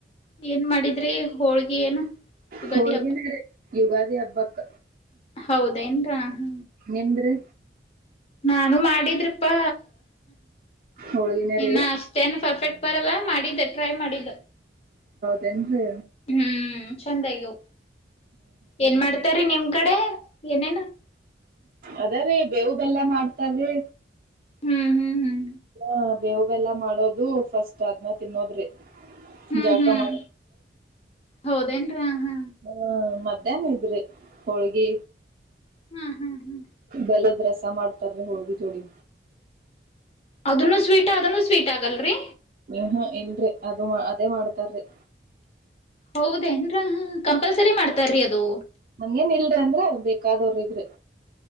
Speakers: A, on the left; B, on the right.
A: ಏನ್ ಮಾಡಿದ್ರಿ ಹೋಳ್ಗಿ ಏನು ಯುಗಾದಿ
B: ಹೋಳ್ಗಿನಾರ ಯುಗಾದಿ ಹಬ್ಬಕ್
A: ಹೌದೇನ್್ರ ಹ್ಮ
B: ನಿಮ್ದ್ರಿ
A: ನಾನು ಮಾಡಿದ್ರಿಪ್ಪಾ
B: ಹೋಳ್ಗಿನೇ
A: ಇನ್ನ
B: ರೀ
A: ಅಷ್ಟೇನು ಪರ್ಫೆಕ್ಟ್ ಬರಲ್ಲ ಮಾಡಿದ್ದೆ ಟ್ರೈ ಮಾಡಿದ್ದ
B: ರೆಂದು
A: ಹ್ಮ್ ಚಂದಾಗ್ಯಾವು ಏನ್ ಮಾಡ್ತಾರಿ ನಿಮ್ ಕಡೆ ಏನೇನು
B: ಅದೇರೀ ಬೇವು ಬೆಲ್ಲ ಮಾಡ್ತಾರೀ
A: ಹ್ಮ್ ಹ್ಮ್ ಹ್ಮ್
B: ಹ್ಮ ಬೇವು ಬೆಲ್ಲಾ ಮಾಡೋದು ಫಸ್ಟ್ ಅದ್ನ ತಿನ್ನೋದ್ರಿ
A: ಹ್ಮ್
B: ಜಳಕ
A: ಹ್ಮ್
B: ಮಾಡ
A: ಹೌದೇನ್ರಿ ಹ್ಮ
B: ಹ್ಮ ಮಧ್ಯಾಹ್ನ ಇದ್ರಿ ಹೋಳ್ಗಿ
A: ಹ್ಮ್ ಹ್ಮ್ ಹ್ಮ್
B: ಬೆಲ್ಲದ ರಸ್ ಮಾಡ್ತಾರಿ ಹೋಳಿಗಿ ಜೋಡಿ
A: ಅದನ್ನು ಸ್ವೀಟ್ ಅದನು ಸ್ವೀಟ್ ಆಗಲ್ರಿ
B: ಏನ್ನೊ ಇಲ್ರಿ ಅದು ಅದೇ ಮಾಡ್ತಾರ್ರಿ
A: ಹೌದೇ ನ್ರ ಕಂಪಲ್ಸರಿ ಮಾಡ್ತಾರಿ ಅದು
B: ಹಂಗೇನ್ ಇಲ್ರಿ ಅಂದ್ರ ಬೇಕಾದವ್ರ್ ಇದ್ದರೆ